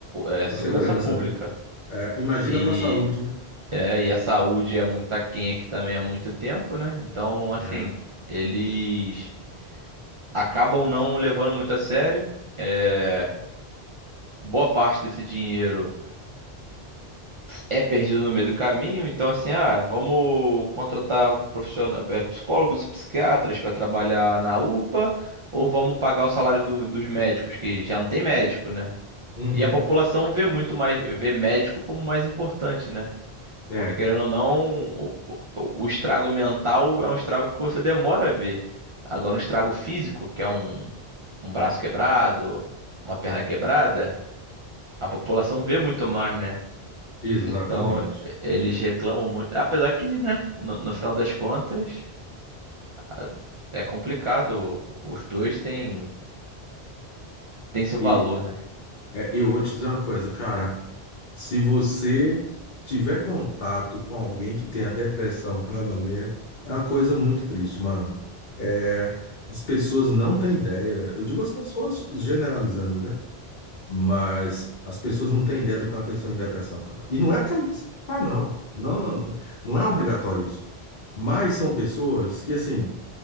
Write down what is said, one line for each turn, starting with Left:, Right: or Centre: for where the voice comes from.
Right: eh, segurança
Left: Da segurança,
Right: pública.
Left: né? É, imagina
Right: E
Left: para a saúde, né?
Right: é, e a saúde é muito aquém aqui também há muito tempo, né? Então, assim,
Left: É.
Right: eles acabam não levando muito a sério. É, boa parte desse dinheiro é perdido no meio do caminho. Então, assim, ah, vamos contratar profissionais, é, psicólogos e psiquiatras para trabalhar na UPA, ou vamos pagar o salário do- dos médicos, que já não tem médico, né?
Left: Uhum.
Right: E a população vê muito mais, vê médico como mais importante, né?
Left: É,
Right: Porque querendo ou não, o, o- o estrago mental é um estrago que você demora a ver. Agora, um estrago físico, que é um, um braço quebrado, uma perna quebrada, a população vê muito mais, né?
Left: exatamente.
Right: Então, e- eles reclamam muito. Apesar que, né, no, no final das contas, a- é complicado. Os dois têm, têm seu
Left: E
Right: valor, né?
Left: é, eu vou te dizer uma coisa, cara. Se você tiver contato com alguém que tenha depressão para valer, é uma coisa muito triste, mano. É, as pessoas não têm ideia. Eu digo as pessoas generalizando, né? Mas as pessoas não têm ideia do que é uma pessoa em depressão, cara. E não é porque ela se tá, não. Não, não é obrigatório isso. Mas são pessoas que, assim,